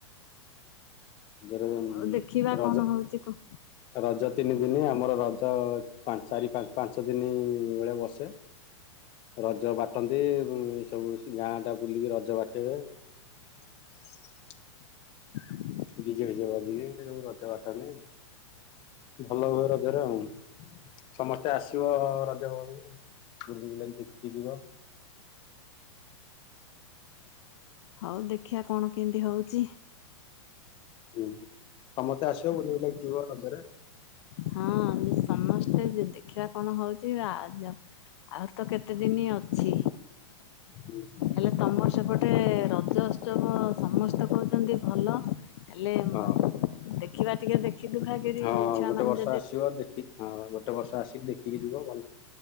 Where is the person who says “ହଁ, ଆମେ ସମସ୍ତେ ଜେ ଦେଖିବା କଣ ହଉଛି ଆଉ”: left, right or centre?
Left